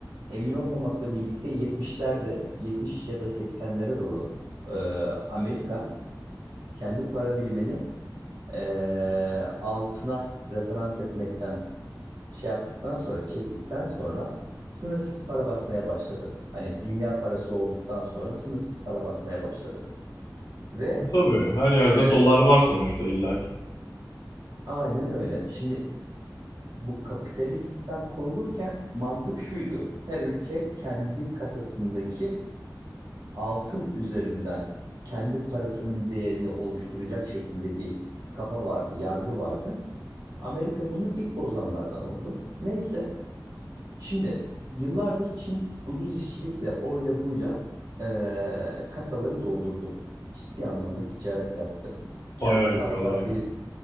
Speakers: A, on the right; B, on the left.
A: Emin olmamakla birlikte 70'lerde, 70 ya da 80'lere doğru e, Amerika kendi para birimini e, altına referans etmekten şey yaptıktan sonra, çektikten sonra sınırsız para basmaya başladı. Hani dünya parası olduktan sonra sınırsız para basmaya başladı. Ve
B: E tabii her yerde
A: e,
B: dolar var sonuçta illaki.
A: aynen öyle. Şimdi bu kapitalist sistem kurulurken mantık şuydu. Her ülke kendi kasasındaki altın üzerinden kendi parasının değerini oluşturacak şeklinde bir kafa vardı, yargı vardı. Amerika bunu ilk bozanlardan oldu. Neyse, şimdi yıllardır Çin ucuz işçilikle, oyla buyla eee, kasaları doldurdu. Ciddi anlamda ticaret yaptı. Kendisi
B: Bayağı yapıyorlar
A: hatta
B: ya.
A: bir,